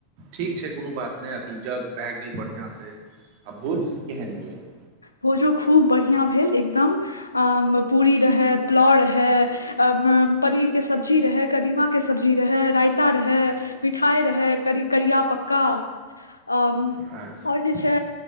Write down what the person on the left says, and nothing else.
भोजो खूब बढ़िआँ भेल एकदम अ पूरी रहै पुलाव रहै अ पनीर के सब्जी रहै कदीमा के सब्जी रहै राय पत्ता रहे मिठाइ रहै कर करिया पक्का अ
ओर जे छै